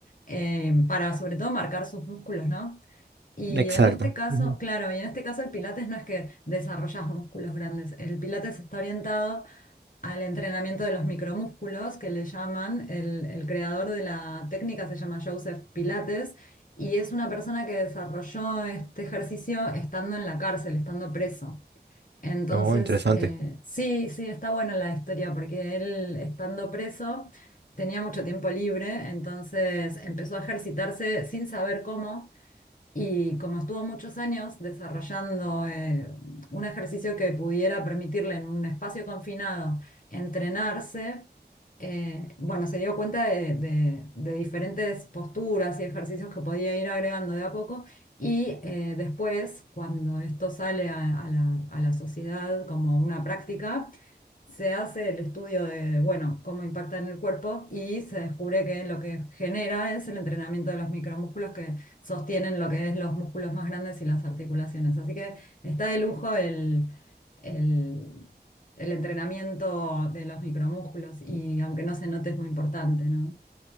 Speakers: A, on the left; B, on the right.
A: eh, para sobre todo marcar sus músculos, ¿no? Y
B: Exacto.
A: en este caso,
B: Ujú.
A: claro, y en este caso el pilates no es que desarrollas músculos grandes, el pilates está orientado al entrenamiento de los micromúsculos, que le llaman, el, el creador de la técnica se llama Joseph Pilates, y es una persona que desarrolló este ejercicio estando en la cárcel, estando preso. Entonces,
B: Oh, interesante.
A: eh, sí, sí, está buena la historia, porque él estando preso tenía mucho tiempo libre, entonces empezó a ejercitarse sin saber cómo. Y como estuvo muchos años desarrollando eh, un ejercicio que pudiera permitirle en un espacio confinado entrenarse, eh, bueno, se dio cuenta de, de- de diferentes posturas y ejercicios que podía ir agregando de a poco. Y eh, después, cuando esto sale a, a la, a la sociedad como una práctica, se hace el estudio de, bueno, cómo impacta en el cuerpo y se descubre que lo que genera es el entrenamiento de los micromúsculos que sostienen lo que es los músculos más grandes y las articulaciones. Así que está de lujo el, el, el entrenamiento de los micromúsculos y aunque no se note es muy importante, ¿no?